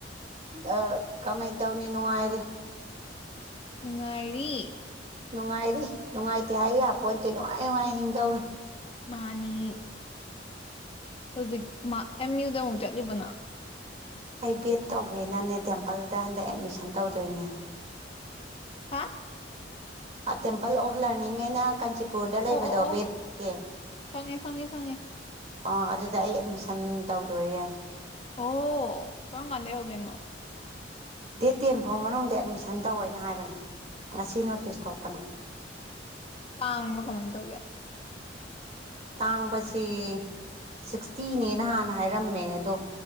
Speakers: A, on the right; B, on the left.
A: ꯑ ꯀꯃꯥꯏ ꯇꯧꯅꯤ ꯅꯨꯡꯉꯥꯏꯔꯤꯦ
B: ꯅꯨꯡꯉꯥꯏꯔꯤ
A: ꯅꯨꯡꯉꯥꯏꯔꯤ ꯅꯨꯡꯉꯥꯏꯇꯦ ꯍꯥꯏꯌꯦ ꯄꯣꯟꯇꯦ ꯅꯨꯡꯉꯥꯏ ꯅꯨꯡꯉꯥꯏ ꯍꯤꯡꯗꯧꯅꯤ
B: ꯃꯥꯅꯤ ꯍꯧꯖꯤꯛ ꯃꯥ ꯑꯦꯝ ꯌꯨꯗ ꯑꯃꯨꯛ ꯆꯠꯂꯤꯕꯅ
A: ꯑꯩ ꯕꯤꯦꯠ ꯇꯧꯒꯦꯅꯅꯦ ꯇꯦꯝꯄꯜꯗ ꯍꯟꯗꯛ ꯑꯦꯗꯃꯤꯁꯟ ꯇꯧꯗꯣꯏꯅꯦ
B: ꯍꯥ
A: ꯇꯦꯝꯄꯜ ꯑꯣꯐ ꯂꯔꯅꯤꯡ ꯑꯩꯅ ꯀꯥꯟꯆꯤꯄꯨꯔꯗ ꯂꯩꯕꯗꯣ
B: ꯑꯣ ꯑꯣ ꯑꯣ
A: ꯕꯦꯠꯀꯤꯦ
B: ꯈꯪꯉꯦ ꯈꯪꯉꯦ ꯈꯪꯉꯦ
A: ꯑ ꯑꯗꯨꯗ ꯑꯩ ꯑꯦꯠꯃꯤꯁꯟ ꯇꯧꯗꯣꯔꯤꯌꯦ
B: ꯑꯣ ꯀꯔꯝ ꯀꯥꯟꯗ ꯍꯧꯧꯗꯣꯏꯅꯣ
A: ꯗꯦꯠ ꯇꯦꯟ ꯐꯥꯎ ꯃꯅꯨꯡꯗ ꯑꯦꯗꯃꯤꯁꯟ ꯇꯧꯋꯦꯅ ꯍꯥꯏꯕꯅꯦ ꯉꯁꯤ ꯅꯣꯇꯤꯁ ꯊꯣꯛꯄꯅꯦ
B: ꯇꯥꯡꯕ꯭ꯔꯥ ꯀꯃꯥꯏꯅ ꯇꯧꯒꯦ
A: ꯇꯥꯡꯕꯁꯦ ꯁꯤꯛꯁꯇꯤꯅꯦꯅ ꯍꯥꯟꯅ ꯍꯥꯏꯔꯝꯃꯦ ꯑꯗꯣ